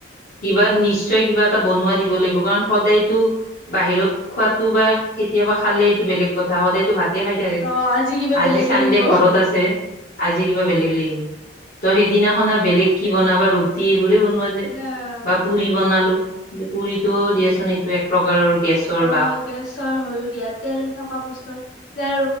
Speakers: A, on the left (about 45°); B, on the left (about 70°).
A: কিবা নিচ- নিশ্চয় কিবা এটা বনোৱা দিব লাগিব, কাৰণ সদায়তো- বাহিৰত খোৱাতো বা কেতিয়াবা খালেই এইটো বেলেগ কথা সদায়তো ভাত- ভাতে খাই থাকে,
B: অ', কিবা
A: আজি
B: বেলেগ
A: চানডে
B: লাগিব।
A: ঘৰত আছে। আজি কিবা বেলেগ লাগিব, ত' সেইদিনাখন বেলেগ কি বনাবা। ৰুটি এইবোৰে বনোৱা যায়
B: অ',
A: বা পুৰি বনালো কিন্তু পুৰিতটো দিয়াচোন এইটো এক- প্ৰকাৰৰ গেছৰ
B: অ',
A: বাপ।
B: গেছৰ হৈ দিয়া তেল থকা বস্তুৰ তে